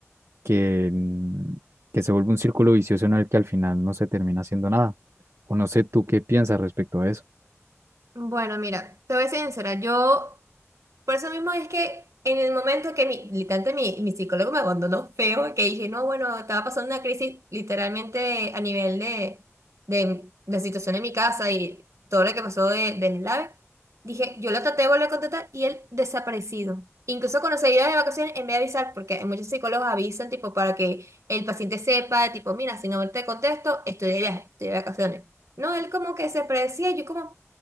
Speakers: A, on the right; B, on the right.
A: que, mm, que se vuelve un círculo vicioso en el que al final no se termina haciendo nada. O no sé tú qué piensas respecto a eso.
B: Bueno, mira, te voy a ser sincera, yo, por eso mismo es que en el momento que mi, literalmente mi, mi psicólogo me abandonó feo, que dije, no, bueno, estaba pasando una crisis literalmente a nivel de, de la situación en mi casa y todo lo que pasó de, del LAVE, dije, yo lo traté de volver a contactar y él desaparecido. Incluso cuando se iba de vacaciones, en vez de avisar, porque muchos psicólogos avisan, tipo, para que el paciente sepa, tipo, mira, si no te contesto, estoy de viaje, estoy de vacaciones. No, él como que se predecía, y yo como...